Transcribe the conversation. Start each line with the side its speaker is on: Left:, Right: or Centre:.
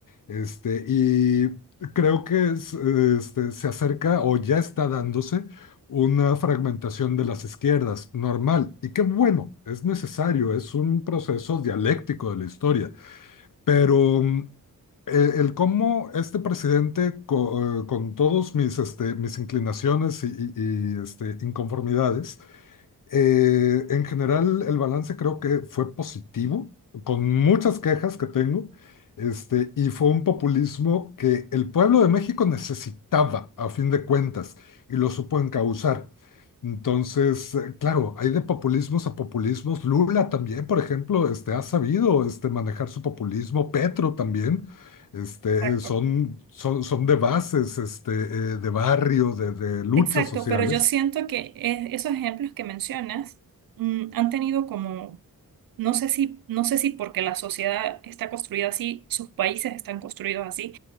Left: este, y creo que es, este, se acerca o ya está dándose una fragmentación de las izquierdas, normal, y qué bueno, es necesario, es un proceso dialéctico de la historia, pero... mm, eh, El cómo este presidente, co- eh, con, todos mis, este, mis inclinaciones y, y- y, este, inconformidades, eh, en general, el balance creo que fue positivo, con muchas quejas que tengo, este, y fue un populismo que el pueblo de México necesitaba, a fin de cuentas, y lo supo encauzar. Entonces, eh, claro, hay de populismos a populismos. Lula también, por ejemplo, este, ha sabido este, manejar su populismo. Petro también. Este,
Right: Exacto.
Left: son, son, son de bases, este, eh, de barrio, de de luchas
Right: Exacto,
Left: sociales.
Right: pero yo siento que e- esos ejemplos que mencionas mm, han tenido como, no sé si, no sé si porque la sociedad está construida así, sus países están construidos así,